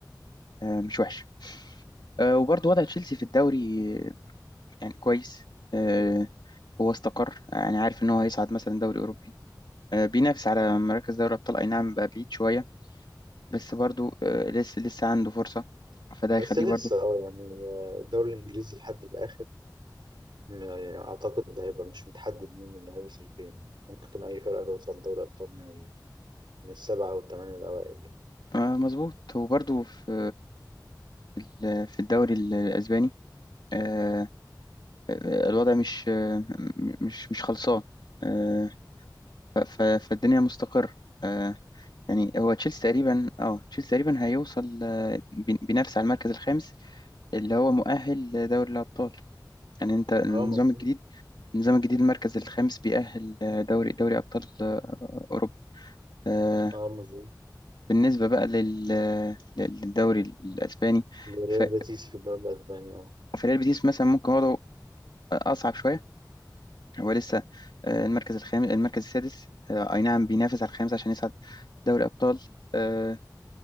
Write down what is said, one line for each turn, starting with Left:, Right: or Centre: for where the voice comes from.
Left: آه، مش وحش آه، وبرضه وضع تشيلسي في الدوري آه، يعني كويس آه، هو استقر يعني عارف ان هو هيصعد مثلا دوري اوروبي آه، بينافس على مراكز دوري ابطال اي نعم بقى بعيد شويه بس برضو آه، لسه لسه عنده فرصه فده هيخليه
Right: بس لسه
Left: برضو
Right: اه يعني آه، الدوري الإنجليزي لحد الآخر م- يعني أعتقد ده هيبقى مش متحدد مين اللي هيوصل فين ممكن أي فرقة توصل دوري أبطال من, ال... من السبعة أو الثمانية الأوائل يعني
Left: آه، مظبوط وبرضو في ال- في الدوري الاسباني آه، آه، الوضع مش آه، م- مش مش خلصان آه، ف- ف- فالدنيا مستقر آه، يعني هو تشيلسي تقريبا اه تشيلسي تقريبا هيوصل آه، بي- بينافس على المركز الخامس اللي هو مؤهل لدوري الابطال يعني انت النظام
Right: اه مظبوط
Left: الجديد النظام الجديد المركز الخامس بيأهل آه، دوري دوري أبطال آه، أوروبا آه،
Right: اه مظبوط
Left: بالنسبة بقى لل- آه، للدوري الأسباني
Right: ريال
Left: ف-
Right: بيتيس في الدوري الأسباني اه
Left: فريال بيتيس مثلا ممكن وضعه أصعب شوية هو لسه آه، المركز الخامس المركز السادس آه، أي نعم بينافس على الخامس عشان يصعد دوري أبطال آه،